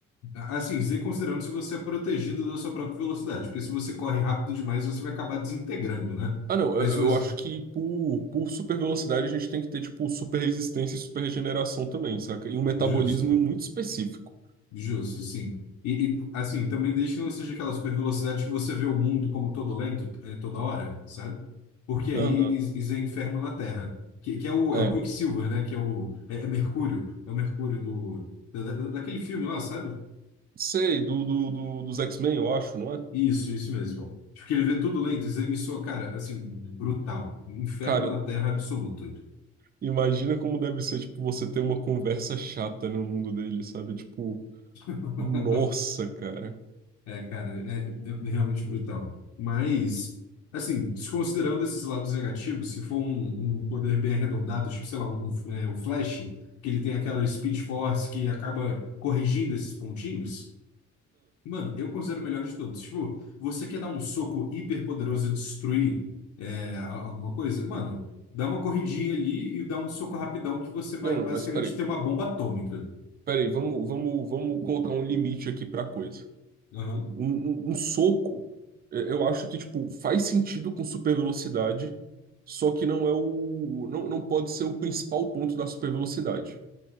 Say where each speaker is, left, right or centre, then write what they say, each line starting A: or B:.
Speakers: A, on the left (about 70°); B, on the right (about 30°).
A: Assim, Z considerando se você é protegido da sua própria velocidade, porque se você corre rápido demais, você vai acabar desintegrando, né?
B: Ah, não,
A: Mas
B: eu,
A: se você...
B: eu acho que por, por super velocidade a gente tem que ter, tipo, super resistência e super regeneração também, saca? E um metabolismo
A: Justo,
B: muito específico.
A: justo, sim. E, e, assim, também desde que não seja aquela super velocidade que você vê o mundo como todo lento, é, toda hora, sabe? Porque aí
B: Aham,
A: is- is é inferno na Terra, que, que é o,
B: é.
A: é o Quicksilver, né? Que é o... É, é Mercúrio, é o Mercúrio do... da- da- daquele filme lá, sabe?
B: Sei, do, do, do- dos X-Men, eu acho, não é?
A: Isso, isso mesmo. Tipo, que ele vê tudo lento, Zé me soa, cara, assim, brutal. Inferno
B: Cara,
A: na Terra absoluto.
B: imagina como deve ser, tipo, você ter uma conversa chata no mundo dele, sabe? Tipo,
A: <laughs>
B: nossa, cara.
A: É, cara, é, é realmente brutal. Mas, assim, desconsiderando esses lados negativos, se for um, um poder bem arredondado, tipo, sei lá, um, um, é, o Flash, que ele tem aquela Speed Force que acaba corrigindo esses pontinhos, mano, eu considero o melhor de todos. Tipo, você quer dar um soco hiper poderoso e destruir é, a- alguma coisa? Mano, dá uma corridinha ali e dá um soco rapidão que você vai
B: Não, não,
A: basicamente
B: mas peraí.
A: ter uma bomba atômica.
B: Peraí, vamos, vamos, vamos colocar um limite aqui pra coisa.
A: Aham.
B: Um, um- um soco, é, eu acho que, tipo, faz sentido com super velocidade, só que não é o. Não, não pode ser o principal ponto da super velocidade.